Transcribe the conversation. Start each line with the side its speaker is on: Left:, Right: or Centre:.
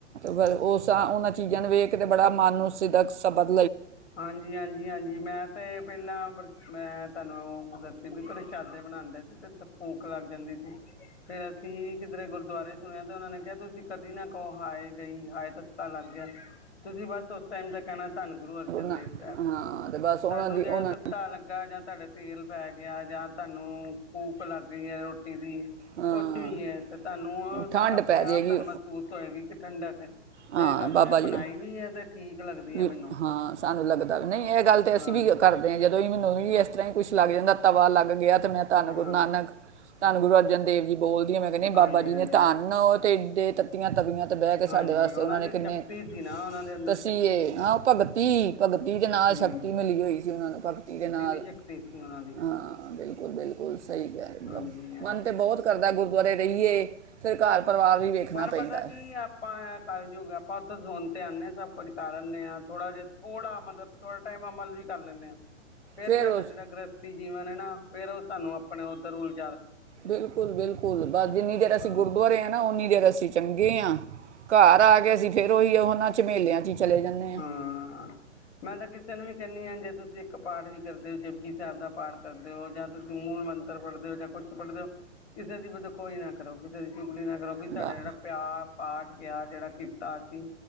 Right: ਪਰ ਉਸ ਉਹਨਾਂ ਚੀਜ਼ਾਂ ਨੂੰ ਵੇਖ ਤੇ ਬੜਾ ਮਨ ਨੂੰ ਸਿਦਕ ਸਬਕ
Left: ਹਾਂਜੀ-ਹਾਂਜੀ-ਹਾਂਜੀ ਮੈਂ ਤੇ ਪਹਿਲਾਂ ਮੈਂ ਤੁਹਾਨੂੰ ਦੱਸੀ ਵੀ ਤੇ ਰਸ਼ਾਦੇ ਬਣਾਦੇ ਸੀ ਤੇ ਉਥੇ ਭੂਖ ਲੱਗ ਜਾਂਦੀ ਸੀ। ਫੇਰ ਅਸੀਂ ਕਿਧਰੇ ਗੁਰਦੁਆਰੇ ਸੁਣਿਆ ਤੇ ਉਹਨਾਂ ਨੇ ਕਿਹਾ ਤੁਸੀਂ ਕਦੀ ਨਾ ਕਹੋ ਹਾਏ ਗਈ ਹਾਏ ਤਾਂ, ਪਤਾ ਲੱਗ ਗਿਆ ਤੁਸੀਂ ਬਸ ਉ ਟਾਈਮ ਦਾ ਕਹਿਣਾ ਧੰਨ ਗੁਰੂ ਅਰ
Right: ਨਾ-
Left: ਦੇ ਸਾਹਿਬ
Right: ਹਾਂ
Left: ਜੀ
Right: ਤੇ ਬਸ ਉਹਨਾਂ
Left: ਤੁਹਾਨੂੰ
Right: ਦੀ
Left: ਜਿਹੜਾ
Right: ਉਹਨਾਂ
Left: ਤੱਤਾ ਲੱਗਾ ਜਾਂ ਤੁਹਾਡੇ, ਤੇਲ ਪੈ ਗਿਆ ਜਾਂ, ਤੁਹਾਨੂੰ ਭੂਖ ਲੱਗ, ਗਈਆਂ ਰੋਟੀ ਦੀ,
Right: ਹਾਂ
Left: ਕੁਛ ਵੀ ਹੈ ਤੇ, ਤੁਹਾਨੂੰ
Right: ਠੰਡ
Left: ਆਪਣੇ
Right: ਪੈ
Left: ਆਪ
Right: ਜਾਏਗੀ
Left: ਤੁਹਾਨੂੰ ਮਹਿਸੂਸ ਹੋਏਗੀ ਕਿ ਠੰਡਾ ਕੇ,
Right: ਹਾਂ
Left: ਤੇ ਇਹ ਗੱਲ
Right: ਬਾਬਾ
Left: ਮੈਂ ਅਪਣਾਈ
Right: ਜੀ ਦਾ
Left: ਵੀ ਹੈ। ਅਤੇ ਠੀਕ ਲੱਗਦੀ ਹੈ
Right: ਵੀ
Left: ਮੈਨੂੰ
Right: ਹਾਂ ਲੱਗਦਾ ਵੀ ਨਹੀਂ ਇਹ ਗੱਲ ਤੇ
Left: ਹਾਂ
Right: ਅਸੀਂ ਵੀ ਕਰਦੇ ਹਾਂ ਜਦੋਂ ਵੀ ਮੈਨੂੰ ਵੀ ਇਸ ਤਰ੍ਹਾਂ ਹੀ ਕੁਛ ਲੱਗ ਜਾਂਦਾ। ਤਵਾ ਲੱਗ ਗਿਆ ਮੈਂ ਧੰਨ
Left: ਹਾਂ
Right: ਗੁਰੂ ਨਾਨਕ ਧੰਨ ਗੁਰੂ ਅਰਜਨ ਦੇਵ ਜੀ ਬੋਲਦੀ ਆ ਮੈਂ ਕਹਿੰਦੀ
Left: ਹਾਂਜੀ
Right: ਬਾਬਾ ਜੀ
Left: ਹਾਂਜੀ
Right: ਨੇ ਧੰਨ
Left: ਹਾਂਜੀ
Right: ਤੇ, ਦੇ ਤੱਤੀਆਂ ਤਵੀਆਂ, ਤੇ ਬਹਿ ਕੇ
Left: ਹਾਂਜੀ
Right: ਸਾਡੇ ਵਾਸਤੇ
Left: ਉਹਨਾਂ
Right: ਨੇ
Left: ਦੇ
Right: ਕਿੰਨੇ
Left: ਛਕਤੀ ਸੀ ਨਾ ਉਹਨਾਂ ਦੇ ਅੰਦਰ
Right: ਤਸੀਏ
Left: ਸ਼ਕਤੀ ਸੀ
Right: ਹਾਂ ਆਪਾਂ ਬੱਤੀ, <inaudible> ਭਗਤੀ ਦੇ ਨਾਲ
Left: ਹੂੰ
Right: ਸ਼ਕਤੀ ਮਿਲੀ ਹੋਈ ਸੀ, ਉਹਨਾਂ ਨੂੰ ਭਗਤੀ ਦੇ ਨਾਲ
Left: ਦੀ ਸ਼ਕਤੀ ਸੀ ਉਹਨਾਂ ਦੀ
Right: ਹਾਂ ਬਿਲਕੁਲ-ਬਿਲਕੁਲ ਸਹੀ ਕਿਹਾ
Left: ਹਾਂਜੀ ਹਾਂਜੀ
Right: ਮਨ ਤੇ ਬਹੁਤ ਕਰਦਾ ਗੁਰ ਗੁਆਰੇ ਰਹੀਏ ਫਿਰ ਘਰ, ਪਰਿਵਾਰ ਵੀ ਵੇਖਣਾ
Left: ਪਰ
Right: ਪੈਂਦਾ
Left: ਪਤਾ
Right: ਹੈ
Left: ਕੀ ਆਪਾਂ ਕੱਲਯੁਗ ਐ, ਆਪਾਂ ਉੱਥੇ ਸੋਣ ਤੇ ਆ ਸਭ ਕੁਛ ਕਰ ਕਰਨੇ ਆ ਥੋੜਾ ਜਿਹਾ ਥੋੜਾ ਮਤਲਬ, ਥੋੜਾ ਟਾਈਮ ਅਮਲ ਵੀ, ਕਰ ਲੈਂਦੇ ਆ ਫ਼ੇਰ
Right: ਫਿਰ
Left: ਸਾਡਾ
Right: ਉਸ
Left: ਜਿਹੜਾ ਗ੍ਰਸਥੀ ਜੀਵਨ ਨਾ ਫ਼ੇਰ ਉਹ ਸਾਨੂੰ ਆਪਣੇ ਉੱਧਰ ਉਲਟ
Right: ਬਿਲਕੁਲ ਬਿਲਕੁਲ ਕੁਲ ਬਸ ਜਿੰਨੀ ਦੇਰ ਅਸੀਂ
Left: ਹਾਂ
Right: ਗੁਰਦੁਆਰੇ ਆ ਨਾ ਓਨੀ ਦੇਰ ਅਸੀਂ ਚੰਗੇ ਹਾਂ ਘਰ ਆ ਕੇ ਅਸੀਂ ਫੇਰ ਉਹੀ ਆ ਹੁਣ ਇਨਾਂ ਚਮੇਲਿਆ ਚ ਹੀ ਚਲੇ ਜਾਂਦੇ ਆ
Left: ਹਾਂ ਮੈਂ ਤਾਂ ਕਿਸੇ ਨੂੰ ਵੀ ਕਹਿੰਦੀ ਹ ਜੇ ਤੁਸੀਂ ਇੱਕ ਪਾਠ ਵੀ ਕਰਦੇ ਹੋ ਜੁਪ ਜੀ ਸਾਹਿਬ ਦਾ ਪਾਠ ਕਰਦੇ ਹੋ ਜਾਂ ਤੁਸੀਂ ਮੂਲ ਮੰਤਰ ਪੜ੍ਹਦੇ ਹੋ ਜਾਂ ਕੁਛ ਪੜ੍ਹਦੇ ਹੋ ਕਿਸੇ ਦੀ ਵੀ ਬਦ ਖੋਈ ਨਾ ਕਰੋ ਕਿਸੇ ਦੀ ਚੁਗਲੀ ਨਾ ਕਰੋ ਵੀ ਸਾਡਾ
Right: ਬਸ
Left: ਜਿਹੜਾ ਪਿਆਰ ਪਾਠ ਗਿਆ ਜਿਹੜਾ ਕੀਤਾ ਅਸੀਂ